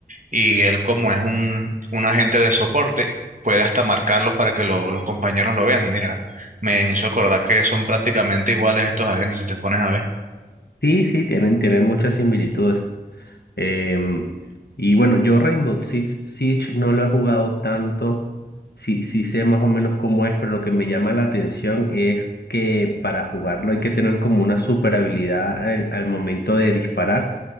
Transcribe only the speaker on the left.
sí, sí, tienen, tienen muchas similitudes. Em, y bueno, yo Rainbow Six Siege no lo he jugado tanto. Sí, sí sé más o menos cómo es, pero lo que me llama la atención es que para jugarlo hay que tener como una super habilidad al, al momento de disparar,